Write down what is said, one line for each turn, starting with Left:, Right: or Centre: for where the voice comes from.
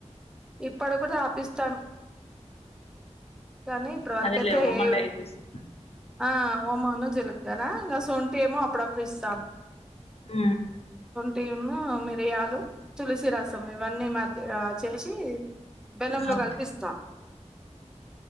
Centre: ఇప్పటి కూడా తాపిస్తరు కానీ ఇప్పుడివరకైతే
Left: అదేలే ఓమా
Centre: ఏ
Left: డైజెస్ట్
Centre: ఆ ఓమాను జిలకార ఇంగ స్ సొంటేమో అప్పుడప్పుడు ఇస్తాను
Left: ఆ
Centre: టీము మీ రియాలు తులసి రసం ఇవన్నీ మా ఆ చేసి బెల్లంలో
Left: ఓకే
Centre: కలిపిస్తా